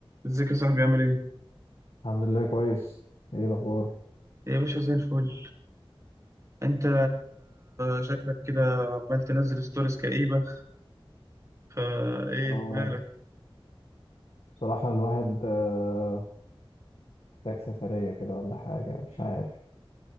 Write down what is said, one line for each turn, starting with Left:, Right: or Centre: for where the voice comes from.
Right: ازيك يا صاحبي عامل ايه؟
Left: الحمد لله كويس ايه الاخبار
Right: يا باشا زي الفل انت شكلك كده عمال تنزل ستوريز كئيبة فا ايه
Left: اه
Right: مالك؟
Left: بصراحة الواحد آه، محتاج سفرية كده ولا حاجة مش عارف